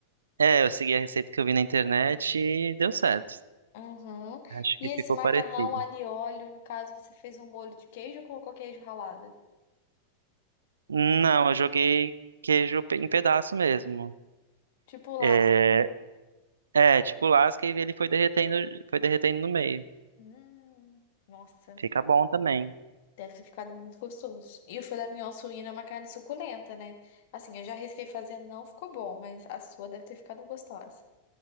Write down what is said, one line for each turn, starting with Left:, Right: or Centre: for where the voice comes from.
Right: é, eu segui a receita que eu vi na internet e deu certo.
Left: Uhum.
Right: Acho
Left: E
Right: que
Left: esse
Right: ficou
Left: macarrão
Right: parecido.
Left: alho e óleo, no caso, você fez um molho de queijo ou colocou queijo ralado?
Right: Não, eu joguei queijo pe- em pedaço mesmo.
Left: Tipo lasca.
Right: É, é, tipo lasca e ele foi derretendo, foi derretendo no meio.
Left: Hum, nossa.
Right: Fica bom também.
Left: Deve ter ficado muito gostoso. E o filé mignon suíno é uma carne suculenta, né? Assim, eu já arrisquei fazer, não ficou bom, mas a sua deve ter ficado gostosa.